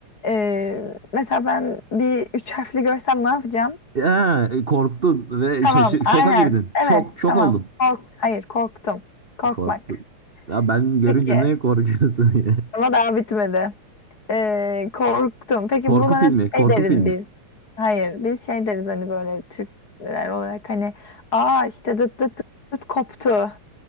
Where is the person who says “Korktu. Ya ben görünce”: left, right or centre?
Right